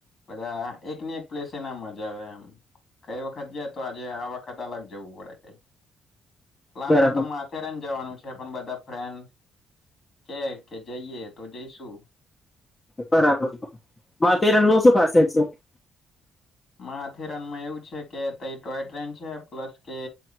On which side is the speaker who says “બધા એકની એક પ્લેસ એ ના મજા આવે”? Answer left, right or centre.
Left